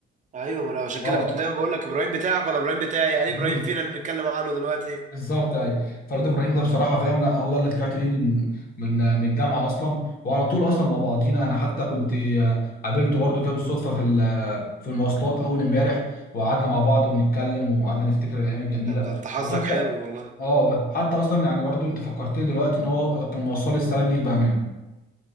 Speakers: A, on the right; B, on the left.
A: ايوه ما انا عشان كده
B: اه
A: كنت دايما بقول لك ابراهيم بتاعك ولا ابراهيم بتاعي يعني
B: <laughs>
A: ابراهيم فينا اللي بنتكلم عنه دلوقتي
B: بالظبط ايوه فريد ابراهيم ده بصراحه فاهم لا هو ده اللي طلعت بيه من من من الجامعه اصلا وعلى طول اصلا مع بعضينا انا حتى كنت آه، قابلته برضه كده بالصدفه في ال- في المواصلات اول امبارح وقعدنا مع بعض ونتكلم وقعدنا نفتكر الايام الجميله
A: طب ده انت حظك
B: وحتى
A: حلو والله
B: اه حتى اصلا يعني برضه انت فكرتني دلوقتي ان هو كان موصل لي السلام ليك بامان